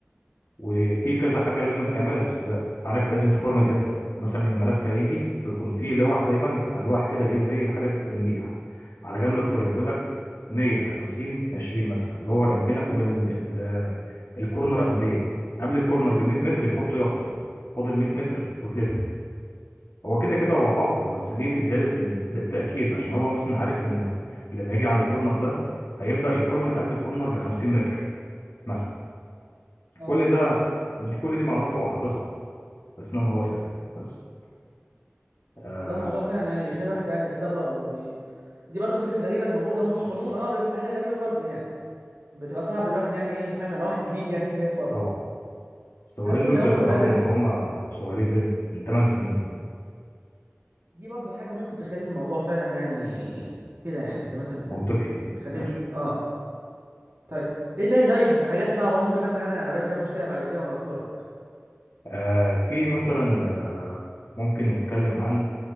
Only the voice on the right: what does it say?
أمم.
اه
والله الموضوع فعلا يعني بيخلي الواحد يعني يستغرب وبي... دي برضه الحاجات الغريبة اللي موجودة هو مش قانون اه بس حاجة غريبة برضه يعني بتبقى صعب الواحد يعني ايه يفهمها لو واحد جديد يعني لسه جاي يتفرج
هتقول
لي هو
متمرس
دي برضو حاجة ممكن تخلي الموضوع فعلا يعني كده يعني زي ما انت بتقول
خليه
اه طيب ايه تاني طيب حاجات صعبة ممكن مثلا انا اقابل فيها مشكلة بعد كده وانا بتفرج